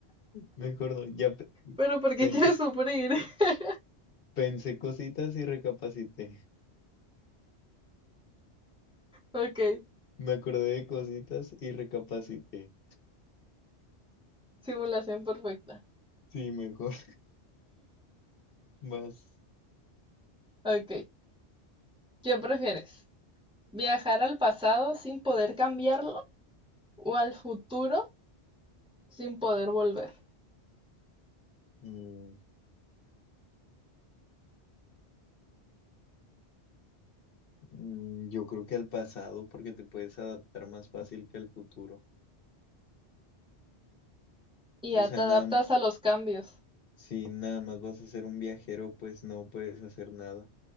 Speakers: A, on the left; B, in the centre.
A: mejor no. Ya pe-
B: Pero ¿por qué
A: pensé,
B: quieres sufrir? <laughs>
A: pensé cositas y recapacité.
B: Ok,
A: Me acordé de cositas y recapacité.
B: simulación perfecta.
A: Sí, mejor, <laughs> más.
B: Ok, ¿qué prefieres? ¿Viajar al pasado sin poder cambiarlo o al futuro sin poder volver?
A: Mm, Mm, Yo creo que al pasado, porque te puedes adaptar más fácil que al futuro.
B: Y ya
A: O sea,
B: te adaptas
A: nada,
B: a los cambios.
A: si nada más vas a ser un viajero, pues no puedes hacer nada.